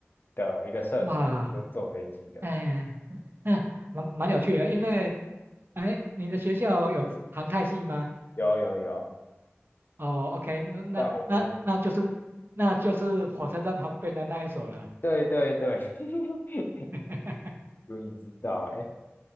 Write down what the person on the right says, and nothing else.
哇，
哎，那蛮蛮有趣的，因为哎，你的学校有航太系吗？
哦，OK，那那那那就是那就是火车站旁边的那一所了，
<laughs>